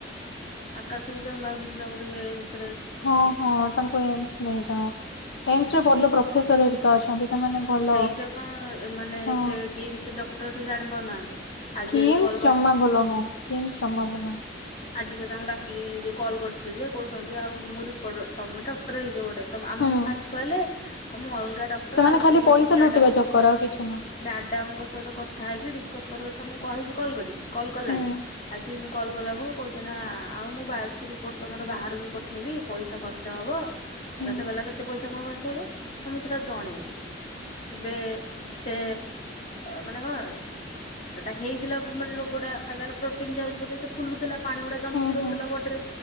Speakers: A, on the left (about 35°); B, on the left (about 80°).
A: ଆକା ସୁ ଭାବିଛୁ ତାକୁ ଟିକେ ଏମ ସ
B: ହଁ ହଁ ତାଙ୍କୁ ଏମ ଶ୍ ନେଇଯଓ ଏମ ଶ୍ ରେ ଭଲ ପ୍ରଫେସର ହେରିକା ଅଛନ୍ତି। ସେମାନେ ଭଲ
A: ସେଇଟା ପା ମାନେ
B: ହଁ।
A: ସେ କିମ ସି ସେ ଡକ୍ଟର ସେ ଜାଣି ପାରୁନାହାନ୍ତି ଆଜି
B: କିମ୍ସ
A: ଏଠି କ୍
B: ଜମା ଭଲ ନୁହେଁ କିମ୍ସି ଜମା ଭଲ ନୁହ।
A: ଆଜିି ବା ତାଙ୍କୁ ଡାକି ଯେଉ କଲ୍ କରିଥିଲି ଯେ କହୁଛନ୍ତି ଆଉ ମୁଁ ରିପୋର୍ଟ ତମେ ଡକ୍ଟର ହେଇଚ ଗୋଟେ ଆମକୁ
B: ହୁଁ
A: ଫାଷ୍ଟ କହିଲେ ଆମ ଅଲଗା ଡକ୍ଟର
B: ସେମାନେ
A: ଆଉ
B: ଖାଲି
A: ସେ ଯୋଉ
B: ପଇସା
A: ମ୍ୟାଡମ୍
B: ଲୁଟିବା ଚକର ଆଉ କିଛି ନୁହଁ
A: ମ୍ୟାଡାମଙ୍କ ସହିତ କଥା ହେଇକି ଡିସକସ କରିବ ତମ କହିବି କଲ୍ କରିକି କଲ୍ କଲାନି
B: ହୁଁ।
A: ଆଜି ମୁଁ କଲ୍ କଲା ଖୁଣୁ କହୁଛି ନା ଆଉ ମୁଁ ବାୟଫ୍ସିି ରିପୋର୍ଟ ତୁମର ବାହାରକୁ ପଠେଇବି ପଇସା ଖର୍ଚ୍ଚ ହେବ
B: ହୁଁ
A: ଆକାସ କହିଲା କେତେ ପଇସା କଣ ଖର୍ଚ୍ଚ ହବ ନା ମୁଁ ସେଟା ଜଣେଇବି। ଏବେ ସେ ମାନେ କଣ? ସେଟା ହେଇଥିଲା ମାନେ ରୋଗଟା ପ୍ରୋଟିନ ଯାଉଛି ବୋଲି ସେ ଫୁଲୁଥିଲା। ପାଣି ଗୁଡା ଜମିକି
B: ହୁଁ
A: ରହୁଥିଲା
B: ହୁଁ
A: ବଡିରେ